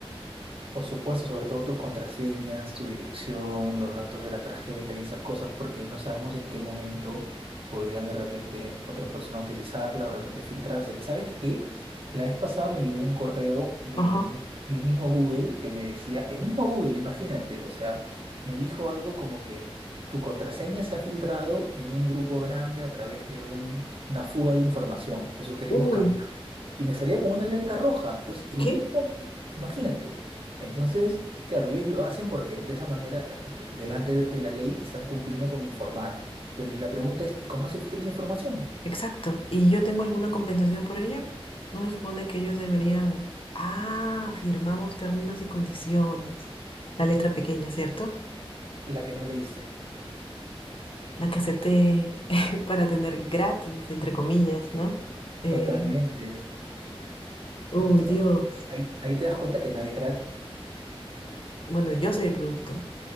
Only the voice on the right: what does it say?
Por supuesto, sobre todo tus contraseñas, tu dirección, los datos de la tarjeta y esas cosas, porque no sabemos en qué momento podrían de repente otra persona utilizarla o de repente filtrarse. ¿Sabes qué? La vez pasada me llegó un correo de
el mismo Google que me decía, el mismo Google, imagínate, o sea, me dijo algo como que tu contraseña se ha filtrado en un grupo grande a través de un- una fuga de información. Te sugerimos
cambiar. Y me salía con una alerta roja. Entonces, el
mismo, imagínate. Entonces, claro, ellos lo hacen porque de esa manera, de- delante de, de la ley, están cumpliendo con informar. Pero y la pregunta es, ¿y cómo se filtra esa información?
La que no leíste.
Totalmente.
Entonces,
ahí, ahí te das cuenta que nada es gratis.